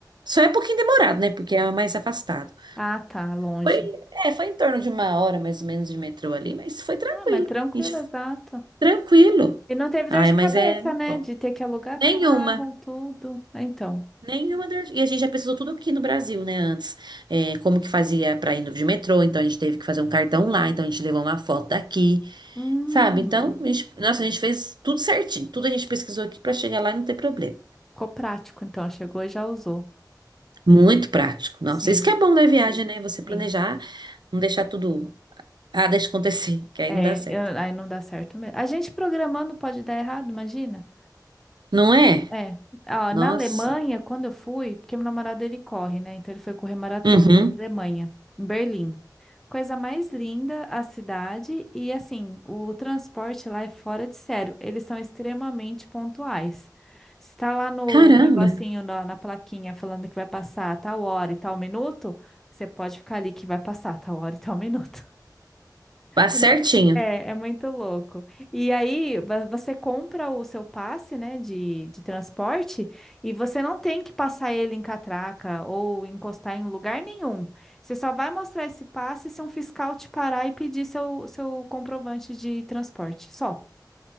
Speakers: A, on the right (about 85°); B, in the centre.
A: Só é um pouquinho demorado, né? Porque é mais afastado.
B: Ah, tá, longe.
A: Foi, é, foi em torno de uma hora mais ou menos de metrô ali, mas foi tranquilo.
B: Ah, mas tranquilo,
A: Ixi,
B: exato.
A: Tranquilo.
B: E não teve dor
A: Ai,
B: de
A: mas
B: cabeça,
A: é
B: né?
A: bom.
B: De ter que alugar
A: Nenhuma.
B: carro, tudo. Ah, Então,
A: Nenhuma dor. E a gente já pesquisou tudo aqui no Brasil, né? Antes, É, como que fazia pra ir no- de metrô, então a gente teve que fazer um cartão lá, então a gente levou uma foto daqui,
B: hum,
A: sabe? Então, a gente- nossa, a gente fez tudo certinho. Tudo a gente pesquisou aqui pra chegar lá e não ter problema.
B: ficou prático, então. Chegou e já usou.
A: Muito prático. Nossa,
B: Sim,
A: isso que é bom da viagem, né? Você planejar,
B: sim.
A: não deixar tudo. Ah, deixa acontecer, <laughs> que aí
B: É,
A: não dá certo.
B: eu- aí não dá certo mesmo. A gente programando pode dar errado, imagina?
A: Não é?
B: É, ó,
A: Nossa.
B: na Alemanha, quando eu fui, porque meu namorado ele corre, né? Então ele foi correr maratona
A: Uhum.
B: na Alemanha, em Berlim. Coisa mais linda a cidade e assim, o transporte lá é fora de sério. Eles são extremamente pontuais. Se tá lá no
A: Caramba.
B: negocinho, na, na plaquinha, falando que vai passar tal hora e tal minuto, você pode ficar ali que vai passar tal hora e tal minuto.
A: Tá certinho.
B: É, mu- é é muito louco. E aí, va- você compra o seu passe, né, de, de transporte e você não tem que passar ele em catraca ou encostar em um lugar nenhum. Você só vai mostrar esse passe se um fiscal te parar e pedir seu, seu comprovante de transporte. Só.